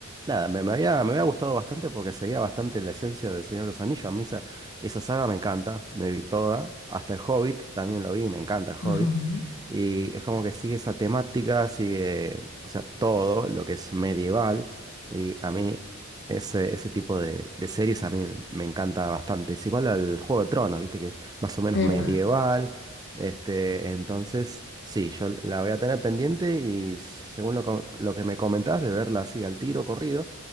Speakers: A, on the right; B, on the left.
A: nada, me, me había, me había gustado bastante porque seguía bastante la esencia del Señor de los Anillos. A mí esa, esa saga me encanta, me vi toda. Hasta el Hobbit también lo vi, me encanta el Hobbit.
B: Ujú, ujú.
A: Y es como que sigue esa temática, sigue, o sea, todo lo que es medieval. Y a mí ese, ese tipo de, de series a mí me encanta bastante. Es igual al Juego de Tronos, viste que más o menos medieval
B: Epa.
A: este, entonces, sí, yo la voy a tener pendiente y según lo, co- lo que me comentás de verla así al tiro, corrido,